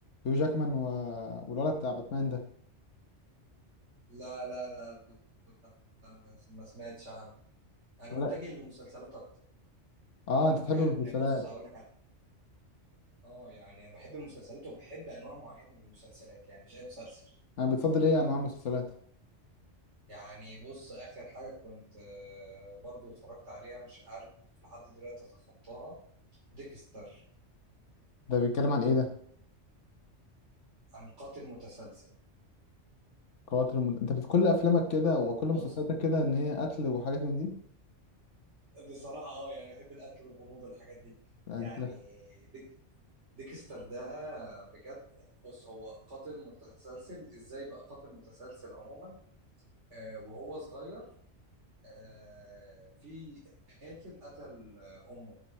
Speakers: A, on the left; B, on the right.
A: هيو جاكمان و... والولد بتاع باتمان ده
B: لا لا لا, لا, لا ما سمعتش عنه انا
A: ولا
B: متجه للمسلسلات اكتر
A: اه انت تحب
B: يعني
A: المسلسلات
B: بص هقول لك اه يعني انا بحب المسلسلات وبحب انواع معينه من المسلسلات يعني مش اي مسلسل
A: انا بتفضل ايه انواع المسلسلات
B: يعني بص اخر حاجه كنت آه، برضو اتفرجت عليها مش عارف لحد دلوقتي اتخطاها ديكستر
A: ده بيتكلم عن ايه ده
B: عن قاتل متسلسل
A: قاتل ومد... انت بت... كل افلامك كده وكل
B: بص
A: مسلسلاتك كده ان هي قتل وحاجات من دي
B: بصراحه اه يعني بحب القتل والغموض والحاجات دي
A: لا
B: يعني
A: انت
B: ديك ديكستر ده بجد يعني بص هو قاتل متسلسل ازاي بقى قاتل متسلسل عموما آه وهو صغير آه في قاتل قتل آه، امه